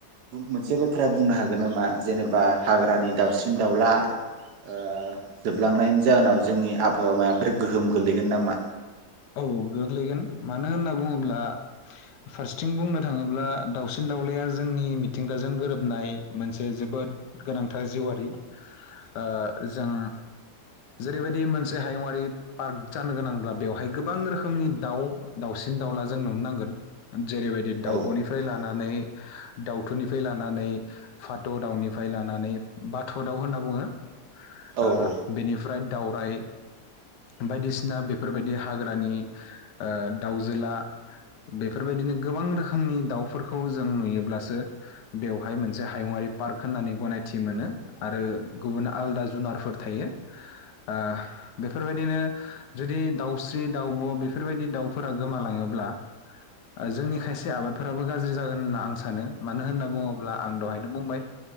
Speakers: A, on the right (about 75°); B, on the left (about 85°).
A: मोनसे बाथ्राया बुंनो हागोन नामा जेनेबा हाग्रानि दाउस्रिन दाउला ओ जोबलांनायनि जाहोनाव जोंनि आबहावामायाफोर गोहोम गोलैगोन नामा?
B: औ गोग्लैगोन मानो होनना बुङोब्ला फारसेथिं बुंनो थाङोब्ला दावसिन दाउलाया जोंनि मिथिंगाजों गोरोबनाय मोनसे जोबोद गोनांथार जिउआरि ओ जों जेरैबायदि मोनसे हायुङरारि पार्क जानो गोनांब्ला बेव हाय गोबां रोखोमनि दाउ दाउसिन दाउला जों नुनो नांगोन। जेरै बायदि
A: औ
B: दाउबनिफ्राय ला लानानै दाउथुनिफ्राय लानानै भात' दाउनिफ्राय लानानै बाथ दाउ होनना बुङो।
A: औ
B: ओ बेनि फ्राय दावराइ, बायदिसिना बेफोरबायदि हाग्रानि ओ दाउजोला बेफोरबायदिनो गोबां रोखोमनि दाउफोरखौ जों नुयोब्लासो बेवहाय मोनसे हायुङारि पार्क होननानै गनायथि मोनो आरो गुबुन आलदा जुनारफोर थायो ओ बेफोरबायदिनो जुदि दाउ स्रि दाउब बेफोरबायदि दाउफोरा गोमालाङोब्ला ओ जोंनि खायसे आबादफोराबो गाज्रि जागोन होनना आं सानो मानो होनना बुङोब्ला आं दहायनो बुंबाय